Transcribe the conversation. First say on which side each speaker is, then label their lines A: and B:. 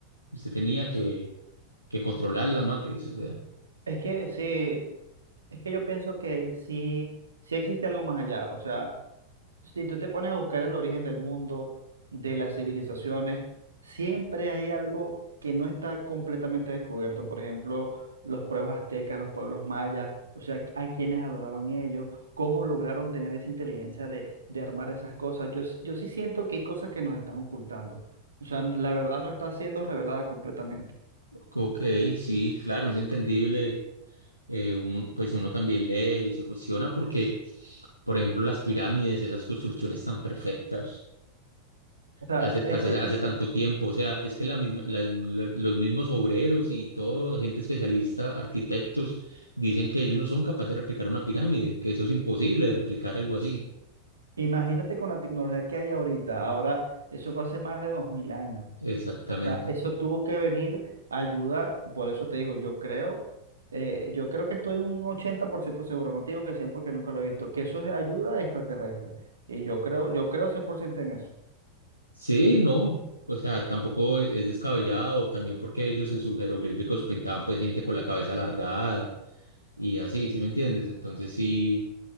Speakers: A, on the right; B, on the right.
A: usted tenía que, que controlar la matriz. O sea,
B: Es que sí, es que yo pienso que sí, sí existe algo más allá. O sea, si tú te pones a buscar el origen del mundo, de las civilizaciones, siempre hay algo que no está completamente descubierto. Por ejemplo, los pueblos aztecas, los pueblos mayas, o sea, a quienes adoraban ellos, cómo lograron tener esa inteligencia de, de armar esas cosas. Yo, s- yo sí siento que hay cosas que nos están ocultando. O sea, la verdad no está siendo revelada completamente.
A: ok, sí, claro, es entendible. eh, uno- pues uno también lee y se cuestiona porque, por ejemplo, las pirámides, esas construcciones tan perfectas.
B: O sea,
A: hace,
B: yo- es
A: hace,
B: que
A: hace tanto tiempo. O sea, es que la misma, la- la- los mismos obreros y todo, gente especialista, arquitectos, dicen que ellos no son capaces de replicar una pirámide, que eso es imposible de replicar algo así.
B: imagínate con la tecnología que hay ahorita. Ahora, eso fue hace más de 2000 años.
A: Exactamente.
B: O sea, eso tuvo que venir ayuda. Por eso te digo, yo creo, eh, yo creo que estoy un 80% seguro. No te digo que 100 porque nunca lo he visto. Que eso es ayuda extraterrestre. Y yo creo, yo creo 100% en eso.
A: Sí, no, o sea, tampoco es es descabellado, también porque ellos en sus jeroglíficos pintaban pues gente con la cabeza alargada y así, ¿sí me entiendes? Entonces sí.